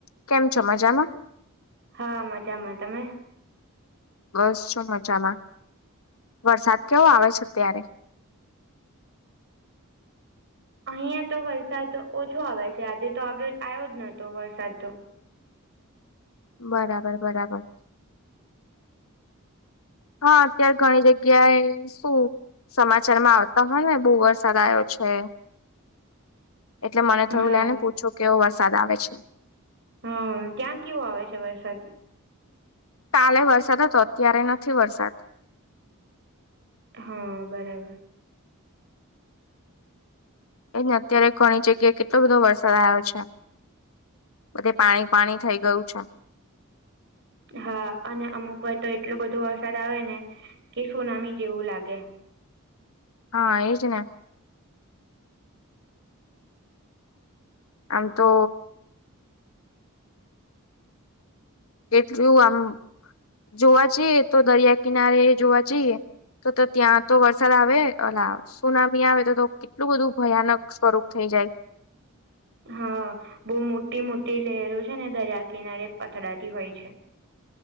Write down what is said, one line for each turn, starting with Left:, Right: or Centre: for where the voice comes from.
Left: કેમ છો મજામાં?
Right: હા મજામાં તમે?
Left: બસ શું મજામાં. વરસાદ કેવો આવે છે અ ત્યારે?
Right: અહિયાં તો વરસાદ ઓછો આવે છે આજે તો આવ્યો આવ્યો જ નતો વરસાદ તો.
Left: બરાબર બરાબર. હા અત્યારે ઘણી જગ્યાએ શું સમાચાર માં આવતા હોય ને બહુ વરસાદ આવ્યો છે.
Right: <inaudible>
Left: એટલે મને થયું
Right: હા
Left: લે ને પૂછું કેવો વરસાદ આવે છે.
Right: હમ ત્યાં કેવો આવે છે વરસાદ?
Left: કાલે વરસાદ હતો અત્યારે નથી વરસાદ.
Right: હા બરાબર.
Left: એને અત્યારે ઘણી જગ્યાએ કેટલો બધો વરસાદ આવ્યો છે બધે પાણી પાણી થઈ ગયું છે.
Right: હા અને અમુક વાર તો એટલો બધો વરસાદ આવે ને કે સુનામી જેવું લાગે.
Left: હા એજ ને. આમ તો એટલું આમ જોવા જઈએ તો દરિયા કિનારે જોવા જઈએ. તો તો ત્યાં તો વરસાદ આવે અ સુનામી આવે તો. એટલું બધું ભયાનક સ્વરૂપ થઈ જાય.
Right: હા બહુ મોટી મોટી લેરો છે ને દરિયા કિનારે પથડાતી હોય છે.